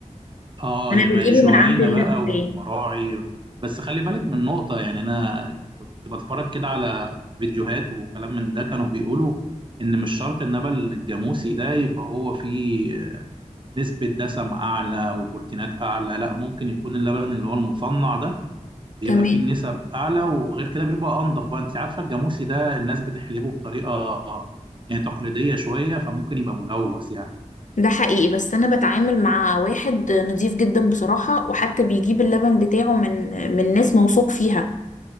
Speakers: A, on the right; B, on the left.
A: اه
B: انا
A: يعني
B: بجيبه
A: شعينة
B: من عند اللبان
A: بقى والمراعي بس خلي بالك من نقطة يعني أنا كنت بتفرج كده على فيديوهات وكلام من ده كانوا بيقولوا إن مش شرط النبل الجاموسي ده يبقى هو فيه نسبة دسم أعلى وبروتينات أعلى لا ممكن يكون اللبن اللي هو المصنع ده بيبقى
B: تمام
A: فيه نسب أعلى وغير كده بيبقى أنضف بقى أنت عارفة الجاموسي ده الناس بتحلبه بطريقة يعني تقليدية شوية فممكن يبقى ملوث يعني
B: ده حقيقي بس انا بتعامل مع واحد نضيف جدا بصراحة وحتى بيجيب اللبن بتاعه من من ناس موثوق فيها